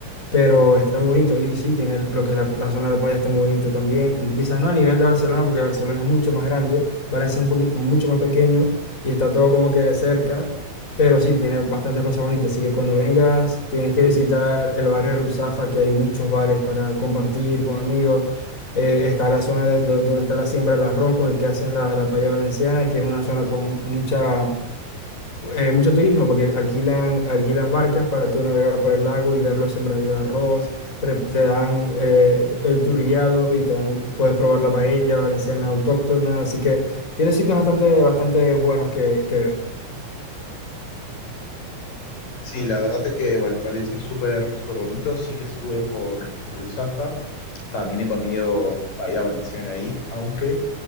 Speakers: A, on the left; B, on the left.
A: pero está muy bonito. Y sí, tiene lo que es la, la zona de la playa, está muy bonita también. Quizás no a nivel de Barcelona, porque Barcelona es mucho más grande, Valencia es un poqui- mucho más pequeño y está todo como que cerca. Pero sí, tiene bastantes cosas bonitas. Así que cuando vengas, tienes que visitar el barrio de Ruzafa, que hay muchos bares para compartir con amigos. Eh, está la zona de- do- donde está la siembra del arroz, con el que hacen la, la paella valenciana, que es una zona con mucha, eh, mucho turismo, porque alquilan, alquilan barcas para tú navegar por el lago y ver los sembradíos de arroz. Pre- te dan eh, el tour guiado y te dan, puedes probar la paella valenciana autóctona. Así que tiene sitios bastante, bastante buenos que, que ver.
B: Sí, la verdad es que Val- Valencia es súper, súper bonito. Sí que estuve por, por Ruzafa. También he comido paella valenciana ahí, aunque